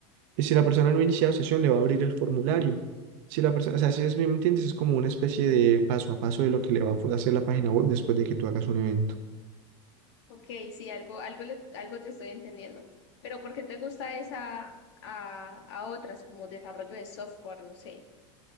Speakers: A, on the right; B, on the left.
A: Y si la persona no ha iniciado sesión, le va a abrir el formulario. Si la persona, o sea, si es, ¿me entiendes? Es como una especie de paso a paso de lo que le va a hacer la página web después de que tú hagas un evento.
B: Ok, sí, algo, algo, le- algo te estoy entendiendo. Pero ¿por qué te gusta esa a, a otras como desarrollo de software? No sé.